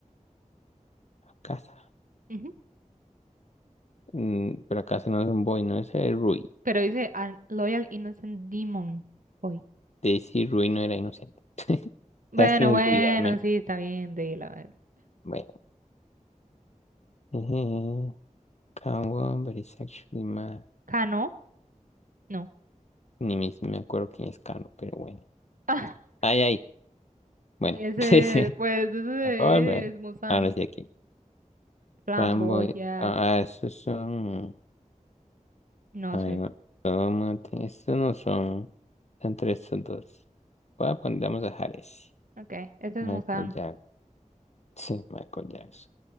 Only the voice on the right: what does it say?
Ujú.
Pero dice "An Loyal Innocent Demon Boy.
Bueno,
bueno,
sí, está bien, de a ver.
¿Kano? No.
<laughs>
Ese,
pues, ese
es Musan,
Flamboya,
no
sé.
Ok, ese
es Musan,